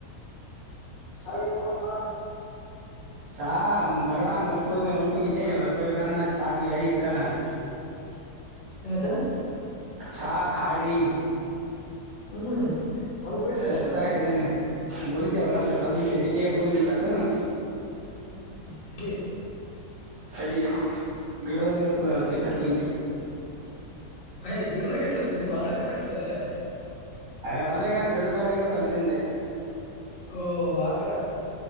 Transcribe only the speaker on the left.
ಚಾಗೆ ಕೊಡದಲ್ಪಾ
ಏನಾಯ್ತು
ಹ್ಮ್ ಹೊಲ್ಕೋಯ್ದ
ಇಲ್ಲ ಇವತ್ತು
ಹ್ಮ್ ಹ್ಮ್ ಹ್ಮ್ ಸರಿ
ಹ ಗಿಡದಾಗ ಎಲ್ಲಿ ಇರ್ತದೆ ವಲ್ರ್ತಾನ ಇರ್ತದೆ
ಓ ಆತರ